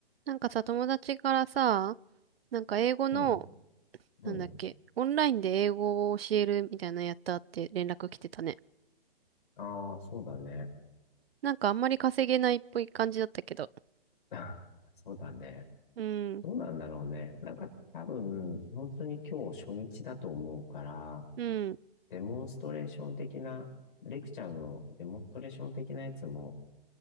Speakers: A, on the right; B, on the left.
A: なんかさ、友達からさ、なんか英語の、
B: うん、
A: なんだっけ、
B: うん。
A: オンラインで英語を教えるみたいなのやったって連絡来てたね。
B: ああ、そうだね。
A: なんかあんまり稼げないっぽい感じだったけど。
B: <laughs> そうだね。
A: うん、
B: どうなんだろうね。なんか多分、本当に今日初日だと思うから、
A: うん、
B: デモンストレーション的な、レクチャーのデモンストレーション的なやつも